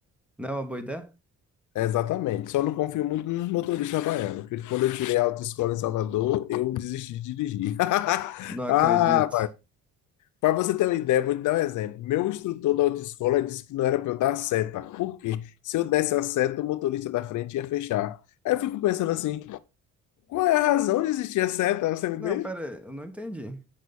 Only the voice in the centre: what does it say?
Não é uma boa ideia?
Não acredito.
Não,
pera aí, eu não entendi.